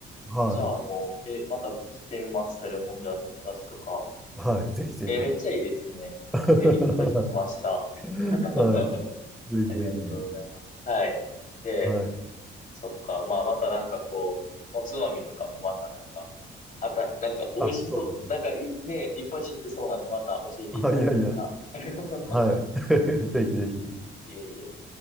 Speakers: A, in the centre; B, on the left.
A: は
B: じゃあもう、え、また知ってみます。それ、ほんじゃ友達とか。
A: い。はい。ぜひぜひ。
B: え、めっちゃいいですね。
A: <laughs> は
B: え、いいこと聞きました。
A: い。
B: <laughs>
A: はい。ぜひぜひ。
B: ありがとうございます。はい。で、
A: はい。
B: そっか。まあ、またなんかこう、おつまみとかもまたなんか、あた、なんか美味しそう。
A: あ、そうですね。
B: なんかい、ね、いっぱい知ってそうなんで、また教えていただけたら。
A: あ、いやいや。
B: <laughs>
A: はい。<laughs> ぜひぜひ。
B: いえいえ。